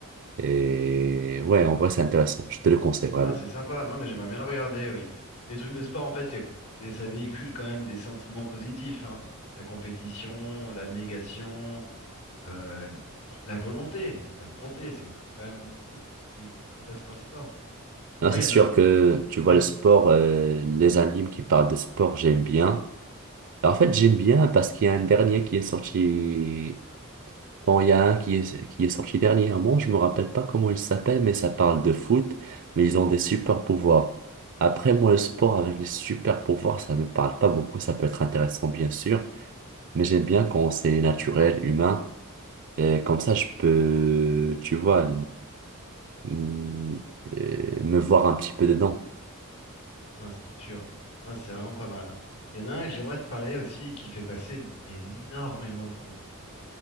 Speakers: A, on the right; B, on the left.
A: Et ouais, en vrai, c'est intéressant. Je te le conseille vraiment.
B: Ah, c'est sympa. Non, mais j'aimerais bien le regarder, oui. Les trucs de sport, en fait, c'est, c'est- ça véhicule quand même des sentiments positifs, hein. La compétition, l'abnégation, euh, les- la volonté. La volonté, c'est quand même fou tout ce qui, tout ce qui passe par le sport. Mais
A: Là,
B: moi,
A: c'est
B: il y
A: sûr
B: en a un.
A: que tu vois
B: Ouais,
A: le sport, euh, les animes qui parlent de sport, j'aime bien. En fait, j'aime bien parce qu'il y a un dernier qui est sorti. Bon, il y a un qui est, qui est sorti dernièrement. Je me rappelle pas comment il s'appelle, mais ça parle de foot. Mais ils ont des super pouvoirs. Après, moi, le sport avec les super pouvoirs, ça me parle pas beaucoup. Ça peut être intéressant, bien sûr. Mais j'aime bien quand c'est naturel, humain. Et comme ça, je peux, tu vois. hum, euh, me voir un petit peu dedans.
B: non, c'est sûr. Non, c'est vraiment pas mal. hein. Il y en a un que j'aimerais te parler aussi qui fait passer énormément de sentiments.